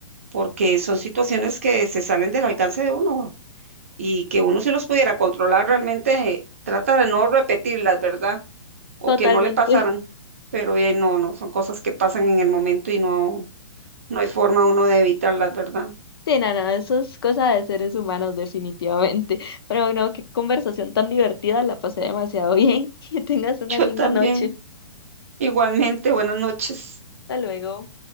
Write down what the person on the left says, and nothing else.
Totalmente.
<laughs>
Sí, no, no, eso es cosa de seres humanos, definitivamente. Pero bueno, qué conversación tan divertida, la pasé demasiado bien. <laughs> Que tengas una
linda
noche.
Hasta luego.